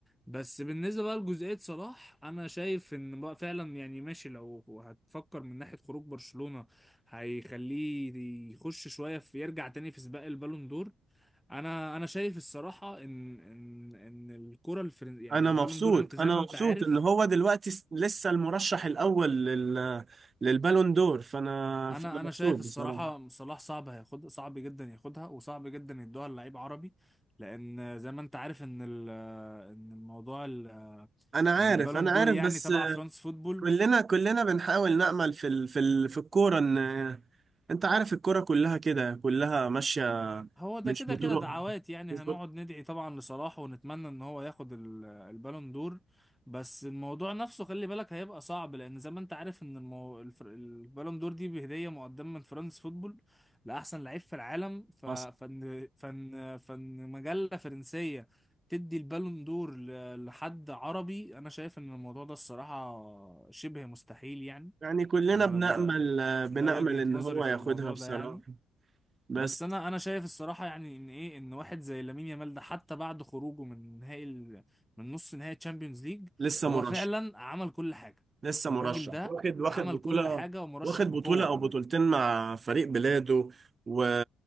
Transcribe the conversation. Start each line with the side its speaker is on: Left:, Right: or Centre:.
Centre: بس بالنسبة بقى لجزئية صلاح أنا شايف إن بقى فعلا يعني ماشي لو هتفكر من ناحية خروج برشلونة هيخليه يخش شوية في يرجع تاني في سباق البالون دور أنا أنا شايف الصراحة إن إن إن الكرة الفرن يعني
Right: انا
Centre: البالون
Right: مبسوط
Centre: دور أنت زي
Right: انا
Centre: ما أنت
Right: مبسوط
Centre: عارف
Right: ان هو دلوقتي س- لسه المرشح الاول لل... للبالون دور فانا
Centre: أنا
Right: فانا مبسوط
Centre: أنا شايف
Right: بصراحة
Centre: الصراحة صلاح صعب هياخد صعب جدا ياخدها وصعب جدا يدوها للعيب عربي لأن زي ما أنت عارف إن ال- إن الموضوع ال-
Right: انا
Centre: إن
Right: عارف
Centre: البالون
Right: انا
Centre: دور
Right: عارف
Centre: يعني
Right: بس
Centre: تبع فرانس فوتبول
Right: كلنا كلنا بنحاول نأمل في ال... في ال... في الكورة ان انت عارف الكورة كلها كده كلها ماشية
Centre: هو ده
Right: مش
Centre: كده
Right: بطرق
Centre: كده دعوات يعني
Right: مش
Centre: هنقعد ندعي طبعا لصلاح ونتمنى ان هو ياخد ال- البالون دور بس الموضوع نفسه خلي بالك هيبقى صعب لان زي ما انت عارف ان المو... الفر... البالون دور دي بهدية مقدمة من فرانس فوتبول لاحسن لعيب في العالم ف... فن...
Right: بطرق
Centre: فن... فن مجلة فرنسية تدي البالون دور ل... لحد عربي انا شايف ان الموضوع ده الصراحة شبه مستحيل يعني
Right: يعني كلنا
Centre: انا
Right: بنأمل
Centre: ده
Right: بنأمل
Centre: ده وجهة
Right: إن
Centre: نظري
Right: هو
Centre: في
Right: ياخدها
Centre: الموضوع
Right: بصراحة
Centre: ده يعني
Right: بس
Centre: بس انا انا شايف الصراحه يعني ان ايه ان واحد زي لامين يامال ده حتى بعد خروجه من نهائي ال... من نص نهائي تشامبيونز ليج
Right: لسه
Centre: هو
Right: مرشح
Centre: فعلا عمل كل حاجه
Right: لسه
Centre: الراجل
Right: مرشح
Centre: ده
Right: واخد واخد
Centre: عمل
Right: بطولة
Centre: كل حاجه ومرشح
Right: واخد
Centre: بقوه
Right: بطولة أو
Centre: كمان
Right: بطولتين مع فريق بلاده و